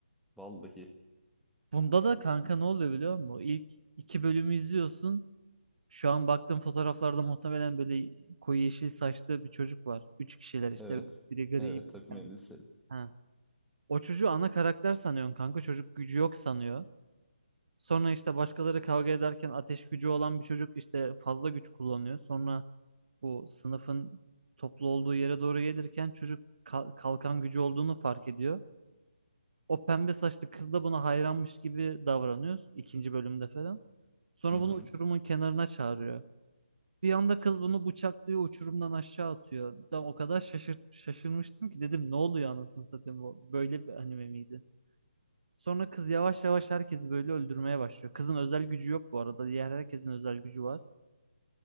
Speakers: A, in the centre; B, on the right.
A: Vallahi.
B: Bunda da kanka ne oluyor biliyor musun? İlk iki bölümü izliyorsun. Şu an baktığım fotoğraflarda muhtemelen böyle koyu yeşil saçlı bir çocuk var. Üç kişiler işte.
A: Evet.
B: Biri gri,
A: Evet takım
B: bir tane.
A: elbiseli.
B: Ha. O çocuğu ana karakter sanıyorsun kanka. Çocuk gücü yok sanıyor. Sonra işte başkaları kavga ederken ateş gücü olan bir çocuk işte fazla güç kullanıyor. Sonra bu sınıfın toplu olduğu yere doğru gelirken çocuk ka- kalkan gücü olduğunu fark ediyor. O pembe saçlı kız da buna hayranmış gibi davranıyoruz ikinci bölümde falan. Sonra
A: Hı hı.
B: bunu uçurumun kenarına çağırıyor. Bir anda kız bunu bıçaklıyor, uçurumdan aşağı atıyor. Ben o kadar şaşır şaşırmıştım ki dedim ne oluyor anasını satayım bu böyle bir anime miydi? Sonra kız yavaş yavaş herkesi böyle öldürmeye başlıyor. Kızın özel gücü yok bu arada. Diğer herkesin özel gücü var.